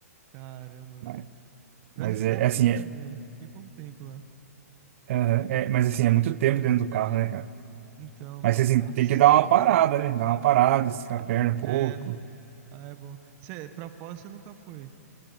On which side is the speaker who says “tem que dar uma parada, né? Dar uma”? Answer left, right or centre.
Right